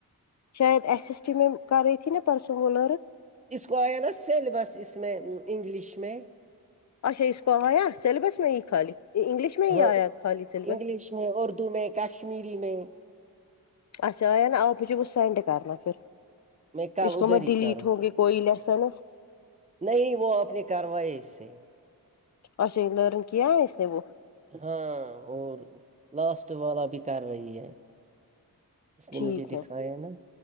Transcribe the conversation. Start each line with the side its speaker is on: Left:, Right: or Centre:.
Left: شاید ایسسٹیمم کر رہی تھی نا پرسوں مہ نور
Right: اسکو آیا ہے نہ سلیبس اس میں انگلش میں
Left: اچھا اس کو آیا سلیبس میں ہی خالی انگلش میں ہی
Right: ہاں
Left: آیا خالی سلیبس
Right: انگلش میں اردو میں کشمیری میں
Left: اچھا آیا نا آپ مجھے وہ سینڈ کرنا پھر
Right: میں کل
Left: اس کو
Right: ادھر
Left: میں
Right: ہی
Left: ڈیلیٹ
Right: کروں
Left: ہوں گی کوئی لسنس
Right: نہیں وہ آپ نے کروائی اس سے
Left: اچھا <unintelligible> کیا اس نے وہ
Right: ہاں اور لاسٹ والا بھی کر رہی ہے اس نے
Left: ٹھیک
Right: مجھے دکھایا
Left: ہے
Right: نا